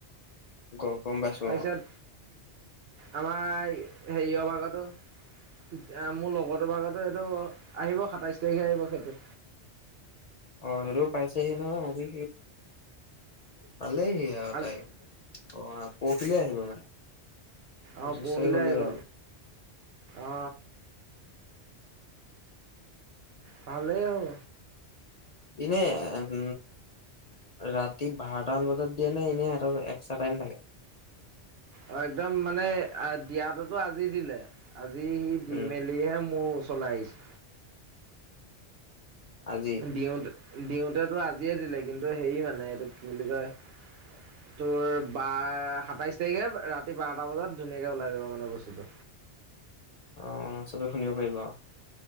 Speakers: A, on the left; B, on the right.
A: গ গম পাইছোঁ
B: তাৰপিছত
A: অ',
B: আমাৰ সেৰিয়ৰ ভাগৰটো য়া মোৰ লগৰতোৰ ভাগৰতো এইটো আহিব সাতাইশ তাৰিখে আহিব সেইটো।
A: অ', সেইটোও পাইছেহি নহয় আজি পালেইহি আৰু
B: আজ
A: তাই অ, পৰহিলে আহিব মানে। পঁচিশ
B: অ পৰহিলৈ
A: তাৰিখ হ'লেই
B: আহিব
A: আজি
B: অ ভালেই হ'ব
A: ইনে উম ৰাতি বাৰটামান বজাত দিয়ে নে এনেই হেঁতৰ এক্সট্ৰা টাইম থাগে
B: অ একদম মানে দিয়াততো আজি দিলে আজি সি দি
A: উম
B: মেলিহে মোৰ চলাই আহিছে
A: আজি
B: দিওঁতে দিওঁতেটো আজিয়ে দিলে কিন্তু হেৰি মানে এইটো কি বুলি কয় তোৰ বা সাতাইশ তাৰিখে ৰাতি বাৰটা বজাত ধুনীয়াকে ওলাই যাব মানে বস্তুটো
A: আহ চবে শুনিব পাৰিবা